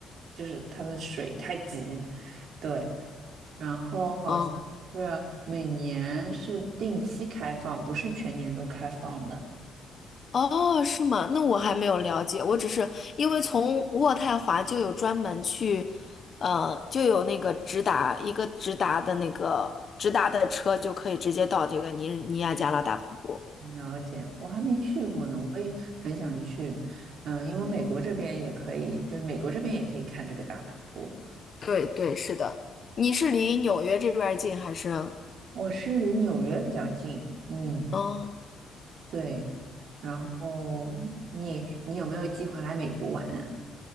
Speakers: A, on the right; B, on the left.
A: 就是它们的水太急。对。然后好像是每年是定期开放，
B: 嗯
A: 不是全年都开放的。
B: 哦，是吗？那我还没有了解，我只是因为从渥太华就有专门去，呃，就有那个直达一个直达的那个直达的车，就可以直接到这个尼日尼亚加拉大瀑布。
A: 了解，我还没去过呢，我也很想去。嗯，因为美国这边也可以，就是美国这边也可以看这个大瀑布。
B: 对对，是的。你是离纽约这边儿近还是？
A: 我是离纽约比较近，嗯，
B: 嗯，
A: 对。然后你你有没有计划来美国玩呢？